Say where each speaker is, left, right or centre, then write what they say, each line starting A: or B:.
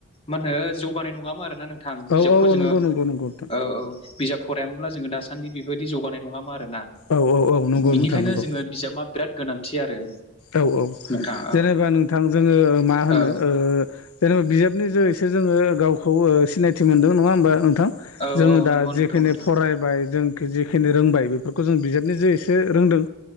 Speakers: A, on the left (about 25°); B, on the left (about 70°).
A: मानो जौगानाय नङामो आरना नों थां
B: औ
A: बिजाबखौ
B: औ औ
A: जोङो
B: नंगौ नंगौ नंगौ नोंथां
A: ओ औ बिजाब फरायामोनब्ला जोङो दासान्दि बेबायदि जौगानाय नङामा आरोना
B: औ औ औ नंगौ
A: बिनिखायनो
B: नोंथां नंगौ
A: जोङो बिजाबा बिराद गोनांथि आरो
B: औ औ
A: नोंथां औ
B: जेनेबा नोंथां जोङो मा होनो
A: औ
B: ओ जेनेबा बिजाबनि जैसो जोङो गावखौ सिनायथि मोनदों नङा होमबा नोंथां?
A: औ
B: जोङो
A: औ
B: दा
A: नंगौ
B: जेखिनि
A: नोंथौ नोंथां
B: फरायबाय जों जिखिनि रोंबाय बेफोरखौ जों बिजाबनि जे एसे रोंदों